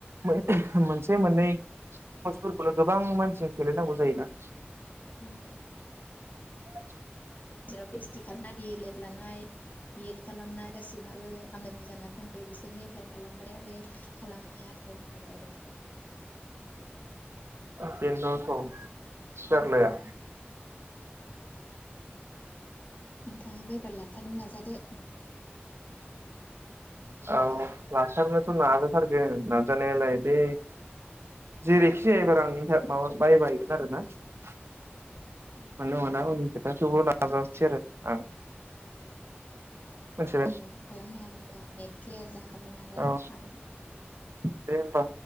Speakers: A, on the right; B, on the left.
A: मोनसे मोननै <unintelligible> फोरखौल गोबां मानसि सेलाय नांगौ जायोना
B: उम दा
A: <unintelligible>
B: जेराव पिओइसडि खालामनाय डि एलएड लानाय बिएड खालामनाय <unintelligible> आमोनि जाना दंखायो बिसोरनि एप्लाइ खालामबाय आरो खालामिया थालांखाबाय आरो
A: बेनथ जारलाया
B: नोंथाङाबो एबार ला थारनो नाजादो
A: औ लाथारनोथ नाजाथारगोन नाजानायालाय बे जेरैखि जायाएबार एन्थ माबा बायबायगोन आरोना मोनो मोना उननि खोथा थेवबो नाजासै आरो आं मिथिबाय
B: अं खालामनो हागोनथा नेट क्लियार जाखाबायना लाय
A: औ
B: हागोन
A: दे ओमबा